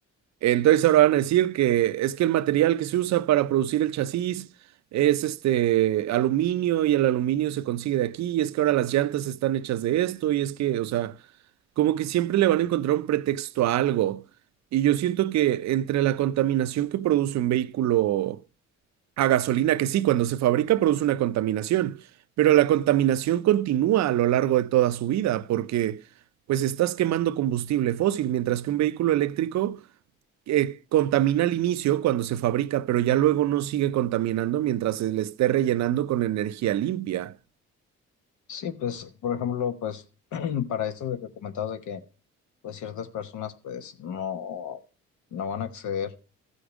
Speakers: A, on the right; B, on the left.
A: Entonces ahora van a decir que es que el material que se usa para producir el chasis es este aluminio y el aluminio se consigue de aquí y es que ahora las llantas están hechas de esto y es que, o sea, como que siempre le van a encontrar un pretexto a algo. Y yo siento que entre la contaminación que produce un vehículo a gasolina que sí, cuando se fabrica produce una contaminación, pero la contaminación continúa a lo largo de toda su vida porque pues estás quemando combustible fósil, mientras que un vehículo eléctrico eh, contamina al inicio cuando se fabrica, pero ya luego no sigue contaminando mientras se le esté rellenando con energía limpia.
B: Sí, pues, por ejemplo, pues <clears throat> para esto de que comentabas de que pues ciertas personas pues no, no van a acceder